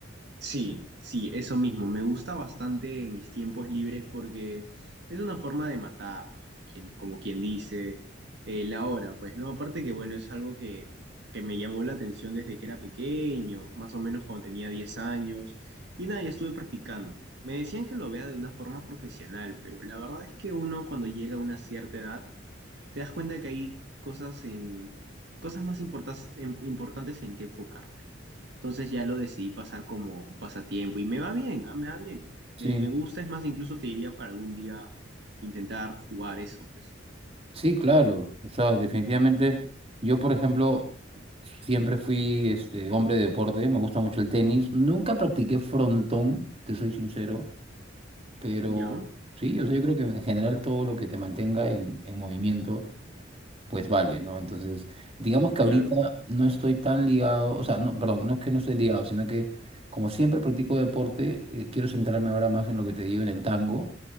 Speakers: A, on the right (about 60°); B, on the right (about 30°).
A: Sí, sí, eso mismo. Me gusta bastante en mis tiempos libres porque es una forma de matar, ¿no? Quien, como quien dice, eh, la hora, pues, ¿no? Aparte que, bueno, es algo que, que me llamó la atención desde que era pequeño, más o menos cuando tenía 10 años, y nada, ya estuve practicando. ¿no? Me decían que lo vea de una forma profesional, pero la verdad es que uno cuando llega a una cierta edad, te das cuenta que hay cosas en cosas más importas- en- importantes en que enfocarte. Entonces ya lo decidí pasar como un pasatiempo y me va bien, ah, me va bien.
B: Sí.
A: Me, me gusta, es más, incluso te diría para algún día intentar jugar eso, pues.
B: Sí, claro. O sea, definitivamente, yo, por ejemplo, siempre fui este hombre de deporte, me gusta mucho el tenis. Nunca practiqué frontón, te soy sincero, pero
A: ¿Ya?
B: sí, o sea, yo creo que en general todo lo que te mantenga en, en movimiento, pues vale, ¿no? Entonces, digamos que
A: Claro.
B: ahorita no estoy tan ligado, o sea, no, perdón, no es que no esté ligado, sino que como siempre practico deporte, eh, quiero centrarme ahora más en lo que te digo, en el tango.